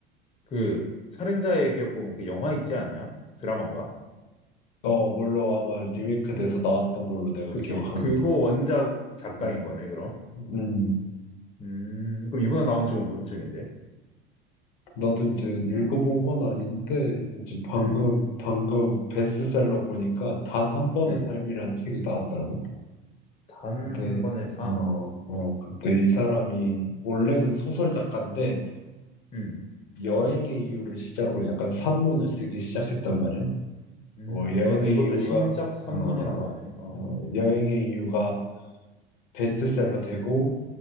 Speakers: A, on the left; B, on the left.
A: 그 살인자의 기억 보면 그 영화 있지 않냐? 드라마인가?
B: 어 물론 아마 리메이크돼서 나왔던 걸로 내가
A: 그치.
B: 기억하는데
A: 그거 원작 작가인
B: 음.
A: 거네, 그럼.
B: 음
A: 음, 그럼 이번에 나온 책은 무슨 책인데?
B: 나도 이제 읽어본 건 아닌데 이제 방금
A: 음,
B: 방금 베스트셀러 보니까 단 한 번의
A: 음.
B: 삶이라는 책이 나왔더라고
A: 단
B: 근데
A: 한 번의 삶.
B: 어, 어 그때 이 사람이 원래는 소설 작가인데
A: 음,
B: 여행의 이유를 시작으로 약간 산문을 쓰기 시작했단 말이야.
A: 음,
B: 어, 여행의
A: 그러네. 이것도
B: 이유가
A: 신작 산문이라고
B: 어,
A: 하네. 어.
B: 어, 여행의 이유가 베스트셀러 되고